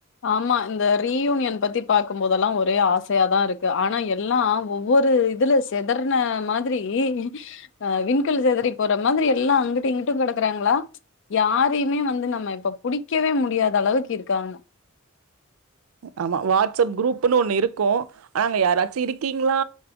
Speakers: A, on the left; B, on the right.
A: ஆமா இந்த ரீயூனியன் பத்தி பாக்குபோதெல்லா ஒரே ஆசையாதா இருக்கு ஆனா எல்லா ஒவ்வொரு இதுல செதற்ன மாதிரி அ விண்கல் செதறி போற மாதிரி எல்லா அங்கிட்ட இங்கிட்டு கெடக்குறாங்ளா யாரையுமே வந் து நம்ம இப்ப புடிக்கவே முடியாத அளவுக்கு இருக்காங்க
B: ஆமா வாட்ஸ்அப் குரூப்ன்னு ஒண்ணு இருக்கு அங்க யாராச்சு இருக்கீங்ளா